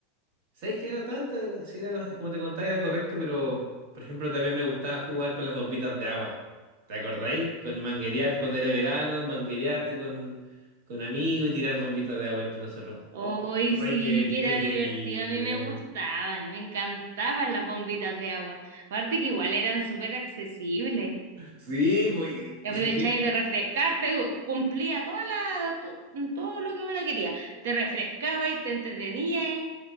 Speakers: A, on the right; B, on the right.
A: ¿Sabes qué? No tanto, pero sí era- como te contaba, era correcto, pero por ejemplo también me gustaba jugar con las bombitas de agua. ¿Te acordáis? Con manguerear cuando era verano, manguerearte con, con amigos y tirar bombitas de agua entre nosotros.
B: Hoy
A: ¡Oh! ¡Ay,
B: sí,
A: qué entretenido,
B: que era divertido, a mí
A: man!
B: me gustaban, me encantaban las bombitas de agua. Aparte que igual eran súper accesibles.
A: Sí, pues,
B: Aprovecháis
A: ¿y sabes qué?
B: de refrescarte, cumplía toda la, to- todo lo que uno quería. Te refrescaba y te entretenías